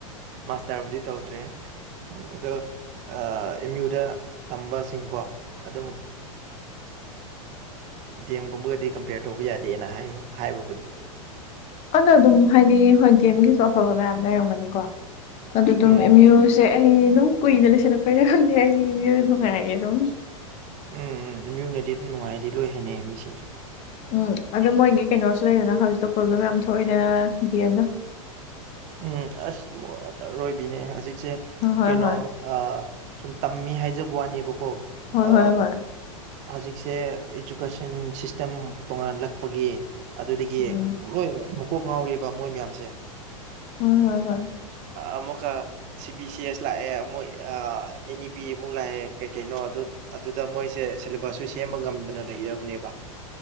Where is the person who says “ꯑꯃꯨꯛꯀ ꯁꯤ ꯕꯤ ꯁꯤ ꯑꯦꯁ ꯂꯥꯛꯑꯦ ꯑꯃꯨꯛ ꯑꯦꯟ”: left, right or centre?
Right